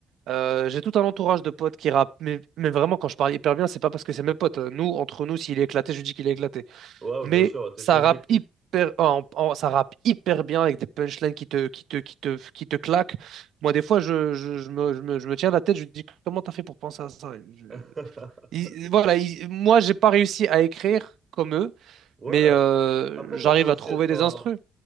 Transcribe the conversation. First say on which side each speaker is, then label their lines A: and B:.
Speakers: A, on the right; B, on the right.
A: Euh, j'ai tout un entourage de potes qui rappent, mais, mais vraiment quand je parle hyper bien, c'est pas parce que c'est mes potes. Nous, entre nous, s'il est éclaté, je dis qu'il est éclaté.
B: Ouais,
A: mais
B: bien sûr, t'étais
A: ça
B: objectif.
A: rappe hyper, en- en- ça rappe hyper bien avec des punchlines qui te, qui te, qui te, qui te claquent. Moi, des fois, je, je, je me, je me- je me tiens la tête, je me dis, comment t'as fait pour penser à ça? Je-
B: <laughs>
A: Il- voilà, il- moi, j'ai pas réussi à écrire comme eux,
B: Ouais.
A: mais euh,
B: Après,
A: j'arrive
B: ça peut aussi
A: à trouver
B: être
A: des
B: un.
A: instrus.